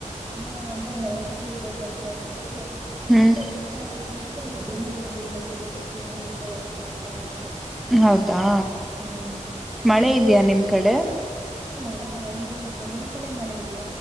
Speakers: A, on the right; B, in the centre.
A: ಹ್ಮ್ ಅಂದ್ರೆ ಮಲ್ಕೊಂಡಿದ್ದೆ ಸ್ವಲ್ಪ ಹೊತ್ತು.
B: ಹ್ಮ್
A: ಮತ್ತೆ ಆಯ್ತು ಮತ್ ತ್ತೆ ನಿದ್ದೆನು ಬರ್ಲಿಲ್ಲ ಅಡುಕ್ಕೆ ಸುಮ್ನೆ ಹಾಗೆ ವಾಕ್ ಮಾಡ್ತಾ ಇದ್ದೆ.
B: ಹೌದಾ
A: ಹ್ಮ್
B: ಮಳೆ ಇದ್ಯಾ ನಿಮ್ ಕಡೆ.
A: ಹು ಮಳೆ ಬಂದೋಯ್ತು ನಿಮ್ ಕಡೆ ಮಳೆ ಇ